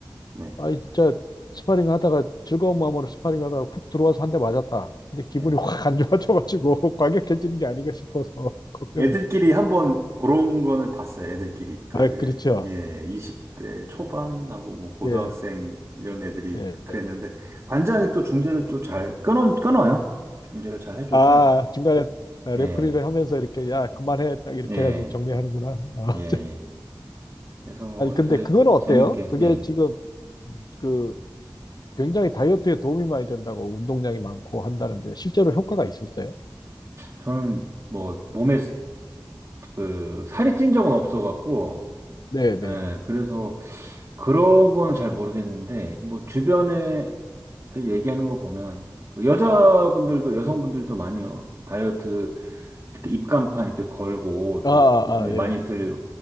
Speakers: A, on the right (about 35°); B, on the left (about 55°).
A: 네,
B: 아, 진짜 스파링 하다가 즐거운 마음으로 스파링 하다가 훅 들어와서 한 대 맞았다. 근데 기분이
A: 예.
B: 확 안 좋아져가지고 <laughs> 과격해지는 게 아닌가 싶어서 <laughs> 걱정이.
A: 애들끼리 한번 그런 거는 봤어요. 애들끼리 그
B: 아, 그렇죠.
A: 예, 20대 초반하고 뭐 고등학생
B: 예,
A: 이런 애들이
B: 예.
A: 그랬는데 관장이 또 중재를 또 잘 끊어 끊어요. 중재를 잘 해줘서
B: 아, 중간에 레프리를
A: 예,
B: 하면서 이렇게 야, 그만해. 딱 이렇게
A: 예,
B: 해가지고 정리하는구나. 아,
A: 예. 예. 그래서
B: <laughs> 아니, 근데
A: 요새
B: 그거는 어때요?
A: 재밌게,
B: 그게
A: 예.
B: 지금 그 굉장히 다이어트에 도움이 많이 된다고 운동량이 많고 한다는데 실제로 효과가 있었어요?
A: 저는 뭐 몸에 스- 그 살이 찐 적은 없어갖고,
B: 네, 네.
A: 예. 그래서 그런 건 잘 모르겠는데, 뭐 주변에 들 얘기하는 거 보면, 여자분들도, 여성분들도 많이 요 다이어트 이렇게 입간판 이렇게 걸고
B: 아,
A: 또
B: 아,
A: 예,
B: 아, 예,
A: 많이들